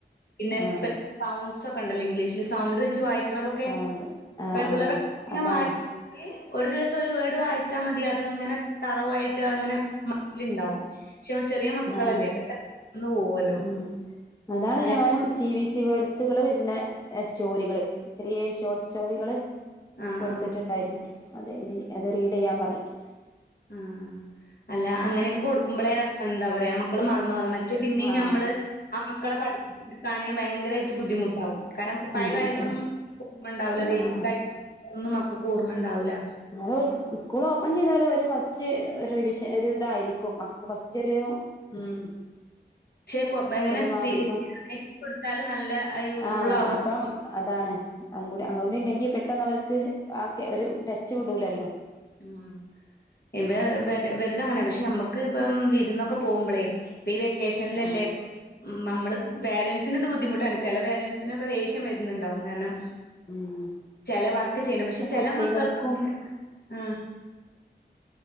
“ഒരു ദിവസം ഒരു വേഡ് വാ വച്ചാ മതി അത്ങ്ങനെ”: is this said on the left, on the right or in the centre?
Left